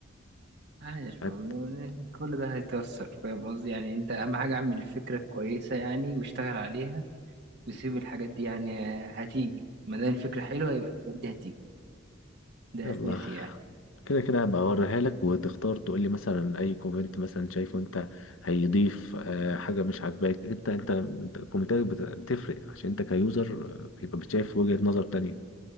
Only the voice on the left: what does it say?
هت-
يلا
كده كده هبقى اوريها لك وتختار تقول لي مثلا اي كومنت مثلا شايفه انت هيضيف آه، حاجه مش عاجباك انت انت انت كومنتاتك بت- بتفرق عشان انت كيوزر آه، بيبقى بتشايف وجهه نظر تانية